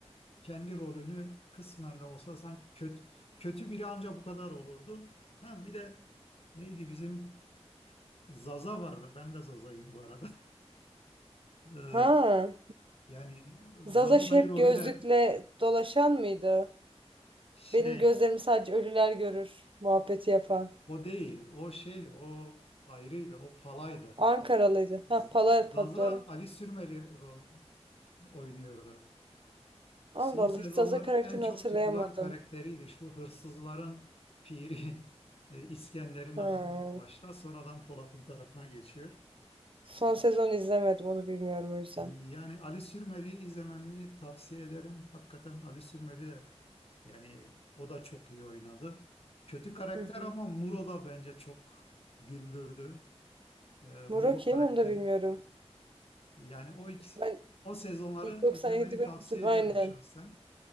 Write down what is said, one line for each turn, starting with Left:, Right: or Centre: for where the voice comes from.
Left: kendi rolünü kısmen de olsa sanki kötü kötü biri ancak bu kadar olurdu. Ha bir de neydi bizim Zaza vardı. Ben de Zaza'yım bu arada. <laughs>
Right: Ha.
Left: E, yani Zaza
Right: Zaza şu
Left: dayı
Right: hep
Left: rolü
Right: gözlükle
Left: de
Right: dolaşan mıydı?
Left: şey
Right: Benim gözlerim sadece ölüler görür muhabbeti yapan.
Left: o değil. O şeydi. O ayrıydı. O palaydı.
Right: Ankaralıydı. Ha
Left: Z-
Right: Pala pa-
Left: Zaza
Right: doğru.
Left: Ali Sürmeli rol oynuyordu.
Right: Allah
Left: Son
Right: Allah
Left: sezonların
Right: hiç Zaza karakterini
Left: en çok
Right: hatırlayamadım.
Left: tutulan karakteriydi. Şu hırsızların piri <laughs> e, İskender'in
Right: Ha.
Left: adamı başta sonradan Polat'ın tarafına geçiyor.
Right: Son sezon izlemedim onu bilmiyorum o yüzden.
Left: Yani Ali Sürmeli'yi izlemeni tavsiye ederim. Hakikaten Ali Sürmeli de yani o da çok iyi oynadı. Kötü karakter
Right: Hı hı.
Left: ama Muro da bence çok güldürdü. E, Muro
Right: Muro kim
Left: karakteri
Right: onu da bilmiyorum.
Left: yani o ikisi,
Right: Ben
Left: o sezonları
Right: İlk 97
Left: izlemeni
Right: bölüm
Left: tavsiye
Right: izledim
Left: ederim
Right: aynen.
Left: şahsen.